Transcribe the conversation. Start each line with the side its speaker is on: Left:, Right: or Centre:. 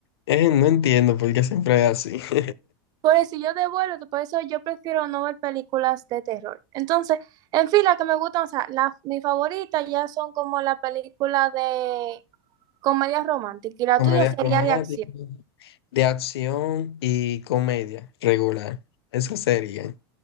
Left: Eh, no entiendo por qué siempre es así. <laughs>
Right: Por eso yo devuelvo, por eso yo prefiero no ver películas de terror. Entonces, en fin, las que me gustan, o sea, la, mi favorita ya son como la película de comedia romántica y la
Left: Comedias
Right: tuya sería
Left: románticas,
Right: de acción.
Left: de acción y comedia regular. Esas serían.